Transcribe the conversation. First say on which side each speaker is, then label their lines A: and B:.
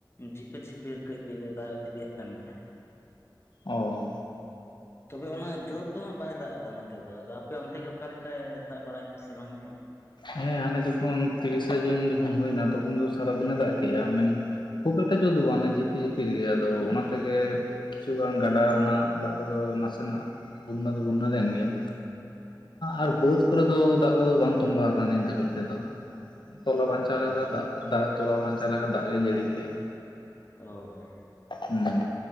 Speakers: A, on the left; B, on the left.
A: ᱡᱷᱤᱯᱤᱨ ᱡᱷᱤᱯᱤᱨ ᱠᱟᱹᱡ ᱠᱟᱹᱡ ᱫᱚᱭ ᱫᱟᱜ ᱤᱫᱤᱭᱟᱜ ᱠᱟᱱ ᱜᱮᱭᱟ᱾
B: ᱚ
A: ᱛᱚᱵᱮ ᱚᱱᱟ ᱡᱳᱨ ᱫᱚ ᱦᱟᱸᱜ ᱵᱟᱭ ᱫᱟᱜ ᱮᱫᱟ ᱱᱚᱛᱮ ᱫᱚ ᱟᱫᱚ ᱟᱯᱮ ᱚᱱᱛᱮ ᱜᱮ ᱚᱠᱟ ᱞᱮᱠᱟᱭ ᱫᱟᱜ ᱵᱟᱲᱟᱭᱮᱼᱟ ᱥᱮ ᱵᱟᱝ ᱜᱮ?
B: ᱦᱮᱸ ᱦᱟᱱᱮ ᱡᱚᱠᱷᱚᱱ ᱛᱤᱨᱤᱥᱮ ᱡᱩᱱ ᱡᱚᱠᱷᱚᱱ ᱦᱩᱭᱱᱟ ᱛᱚᱠᱷᱚᱱ ᱫᱚ ᱥᱟᱨᱟᱫᱤᱱᱮ ᱫᱟᱜ ᱠᱮᱜᱼᱟ ᱢᱮᱱ ᱠᱷᱩᱵᱽ ᱮᱠᱴᱟ ᱡᱳᱨ ᱫᱚ ᱵᱟᱝ ᱡᱷᱤᱯᱤ ᱡᱷᱤᱯᱤᱨ ᱜᱮ ᱟᱫᱚ ᱚᱱᱟ ᱛᱮᱜᱮ ᱠᱤᱪᱷᱩᱜᱟᱱ ᱜᱟᱰᱟ ᱨᱮᱱᱟᱜ ᱫᱟᱜ ᱠᱚᱫᱚ ᱱᱟᱥᱮᱱᱟᱜ ᱵᱩᱱᱱᱟ ᱫᱚ ᱵᱩᱱᱱᱟ ᱞᱮᱱ ᱜᱮᱭᱟ ᱟᱨ ᱵᱟᱹᱫᱽ ᱠᱚᱨᱮ ᱫᱚ ᱫᱟᱜ ᱠᱚᱫᱚ ᱵᱟᱝ ᱛᱚᱸᱵᱟ <unintelligible> ᱱᱤᱱᱠᱟᱹ ᱵᱤᱫ ᱛᱮᱫᱚ ᱛᱚᱞᱟ ᱵᱟᱧᱪᱟᱣ
A: ᱚ
B: ᱞᱮᱠᱟ ᱫᱟᱜ ᱫᱟᱜ ᱛᱚᱞᱟ ᱵᱟᱪᱟᱣ ᱞᱮᱠᱟ ᱫᱟᱜ ᱜᱮ ᱡᱟᱹᱲᱤ ᱠᱮᱭᱟ
A: ᱚ ᱚ
B: ᱦᱩᱸ